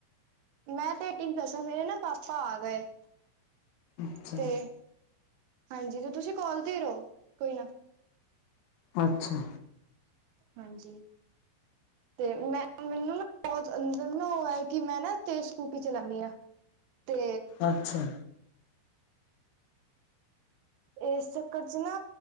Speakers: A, on the right; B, on the left.
A: ਮੈਂ ਤਾ ਏਟੀਨ ਪਲਸ ਆ ਮੇਰੇ ਨਾ ਪਾਪਾ ਆ ਗਏ
B: ਅੱਛਾ
A: ਤੇ ਹਾਂਜੀ ਜ ਤੁਸੀਂ ਕੋਲ ਤੇ ਰਹੋ ਕੋਈ ਨਾ
B: ਅੱਛਾ
A: ਹਾਂਜੀ ਤੇ ਮੈਂ ਮੈਨੂੰ ਨਾ ਬਹੁਤ ਅਦੰਰ ਨਾ ਉਹ ਹੈ ਕਿ ਮੈਂ ਨਾ ਤੇਜ਼ ਸਕੂਟੀ ਚਲਾਨੀ ਆ ਤੇ
B: ਅੱਛਾ
A: ਇਸ ਚੱਕਰ ਚ ਨਾ